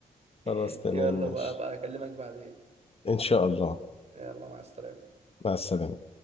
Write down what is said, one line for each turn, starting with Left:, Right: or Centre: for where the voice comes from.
Right: <laughs>
Left: خلاص تمام
Right: يلا
Left: ماشي
Right: بقى بقى اكلمك بعدين
Left: ان شاء الله
Right: يلا مع السلامه
Left: مع السلامه